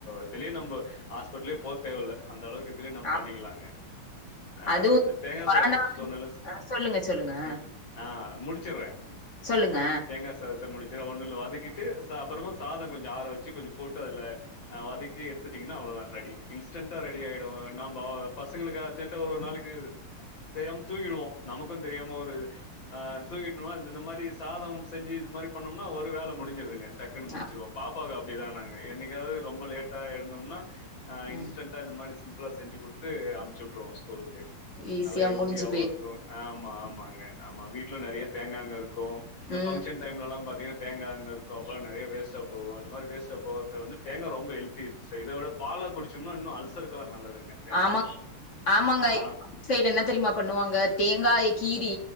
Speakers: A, on the left; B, on the left.
A: இதுலே நம்ம ஹாஸ்பிட்லே போ தேவல்ல அந்தளவுக் இப்டே நம்
B: ஆ
A: பண்ணிக்கலாங்க ஆ
B: அதுவு
A: இந்த தேங்கா
B: கொரோனா
A: சாதோச் சொன்னல்ல ஸ்ட்
B: ஆ சொல்லுங்க சொல்லுங்க ஆ
A: அ ஆ முடிச்சுர்றே
B: சொல்லுங்க
A: தேங்கா சாதத்த முடிச் சே ஒன்னுல்ல வதக்கிட்டு ச அப்றமா சாதோ கொஞ்சோ ஆற வச்சு கொஞ்சோ போட்டு அதுல ஆ வதக்கி எடுத்துட்டிங்கன்னா அவ்ள ஓதா ரெடி இன்ஸ்டன்டா ரெடி ஆயிடு நம்ப பசங்களுக்கு அர்ஜென்டா ஒர் ஒர் நாளைக்கு தெயாம் தூங்கிடுவோ நமக்கூ தெரியாம ஒரு ஆ தூங்கிட்டோம்ன இந்த மாரி சாதம் செஞ்சு இது மாரி பண்ணும்னா ஒரு வேல முடிஞ்சிருதுங்க டக்குன் முடிச்சிருவோ
B: ஆ
A: பாப்பாக்கு அப்டிதா நாங்க என்னைக்காவ்து ரொம்ப லேட்டா எழுந்தோம்னா ஆ
B: ம்
A: இன்ஸ்டன்ண்டா இந்த மாரி சிம்பிளா செஞ்சு குடுத்து அம்ச்சிவுட் றோ ஸ்கூலுக்கு
B: ஈஸியா
A: நல்லா ஹெல்த்தியாவு
B: முடிஞ்சு போய்
A: இருக்கூ ஆமா ஆமாங்க ஆமா வீட்ல நெறைய தேங்காங்க இருக்கூ இந்த
B: ம்
A: ஃபங்க்ஷன் டைம்லல்லா பாத்தீங்னாத் தேங்காங்க இருக்கூ அப்றோ நறைய வேஸ்டா போகூ அந்த மாரி வேஸ்டா போக்றத வந்து தேங்கா ரொம்ப ஹெல்த்தி சோ இத விட பாலாக் குடிச்சோம்னா இன்னு அல்சருக்கலா நல்லதுங்க தேங்காவ
B: ஆமா ஆமாங்க
A: ஆ
B: சைடு என்ன தெரியுமா பண்ணுவாங்க தேங்காய கீரி